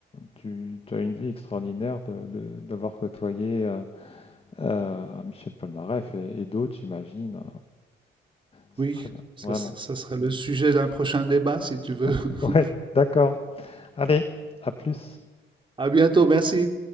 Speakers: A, on the left (about 30°); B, on the right (about 25°).
A: tu, tu as une vie extraordinaire de, de- d'avoir côtoyé euh, euh, Michel Polnareff et, et d'autres, j'imagine. euh, C'est
B: Oui,
A: très bien,
B: ça
A: vraiment.
B: ça sera le sujet d'un prochain débat si tu veux.
A: <laughs>
B: <laughs>
A: Ouais, d'accord. Allez, à plus.
B: À bientôt, merci.